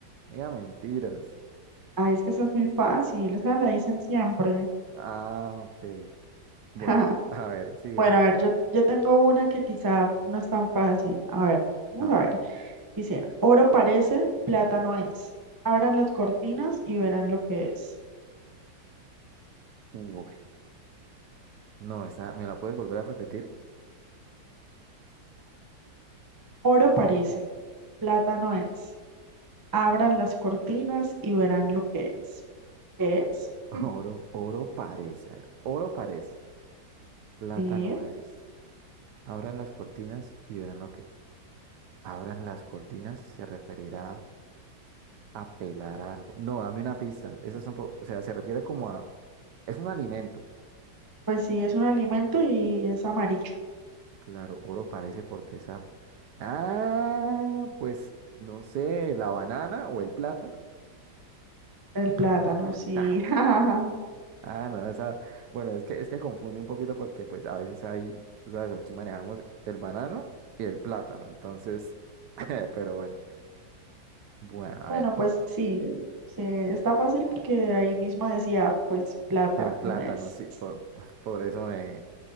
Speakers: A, on the right; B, on the right.
A: No Diga mentiras.
B: Ay, es que esa es muy fácil. Esa la dicen siempre.
A: Ah, ok. Bueno,
B: <laughs>
A: <laughs> a ver, sigue.
B: Bueno, a ver, yo, yo tengo una que quizá no es tan fácil. A ver, vamos
A: A
B: a
A: ver.
B: ver. Dice, oro parece, plata no es. Abran las cortinas y verán lo que es.
A: Uy, no, esa, ¿me la puedes volver a repetir?
B: Oro parece, plata no es. Abran las cortinas y verán lo que es. ¿Qué es?
A: <laughs>
B: <laughs>
A: Oro, oro parece. A ver, oro parece. Plata
B: Sí,
A: no es. Abran las cortinas y verán lo que. Abran las cortinas se referirá a pelar algo. No, dame una pista. Esa es un poco, o sea, se refiere como a. Es un alimento.
B: pues sí, es un alimento y es amarillo.
A: Claro, oro parece porque esa... Ah, pues no sé, la banana o el plátano.
B: El plátano, sí.
A: <laughs>
B: <laughs>
A: Ah, no, esa... Bueno, es que, es que confunde un poquito porque pues a veces ahí, tú sabes, aquí manejamos el banano y el plátano. Entonces, <laughs> pero bueno, bueno, a
B: Bueno,
A: ver,
B: pues sí, sí, está fácil porque ahí mismo decía, pues plata
A: el plátano,
B: no es.
A: sí, por, <laughs> por eso me,